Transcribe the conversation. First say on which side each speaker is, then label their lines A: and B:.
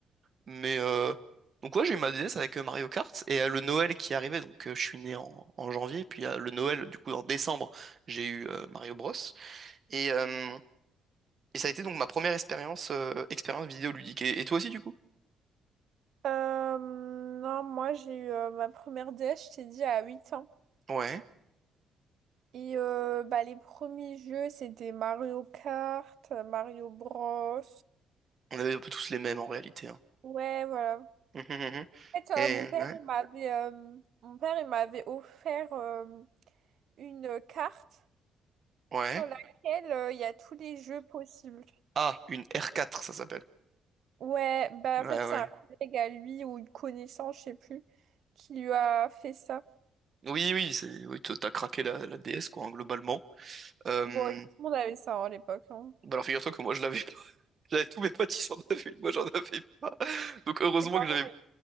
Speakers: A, on the right (about 45°); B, on the right (about 65°).
A: Mais euh, donc ouais, j'ai eu ma DS avec euh, Mario Kart et euh, le Noël qui arrivait, donc euh, je suis né en, en janvier, puis euh, le Noël, du coup, en décembre, j'ai eu euh, Mario Bros. Et, euh, et ça a été donc ma première expérience euh, expérience vidéoludique. Et, et toi aussi, du coup?
B: Euh, non, moi j'ai eu euh, ma première DS, je t'ai dit, à 8 ans.
A: Ouais.
B: Et euh, bah, les premiers jeux, c'était Mario Kart, euh, Mario Bros.
A: On avait un peu tous les mêmes en réalité. hein.
B: Ouais, voilà.
A: Mhm, mhm.
B: En fait, euh,
A: Et
B: mon père,
A: ouais.
B: il m'avait euh, mon père, il m'avait offert euh, une carte
A: Ouais.
B: sur laquelle euh, il y a tous les jeux possibles.
A: Ah, une R4, ça s'appelle.
B: Ouais, bah
A: Ouais,
B: en fait, c'est
A: ouais.
B: un collègue à lui ou une connaissance, je sais plus, qui lui a fait ça.
A: Oui, oui, c'est, oui, t'as t'as craqué la, la DS, quoi, hein, globalement. Euh,
B: Bon, et tout le monde avait ça hein, à l'époque. hein.
A: bah alors figure-toi que moi je l'avais pas. <laughs> J'avais tous mes potes qui en avaient une, moi j'en avais pas. Donc heureusement
B: Ses parents
A: que j'avais.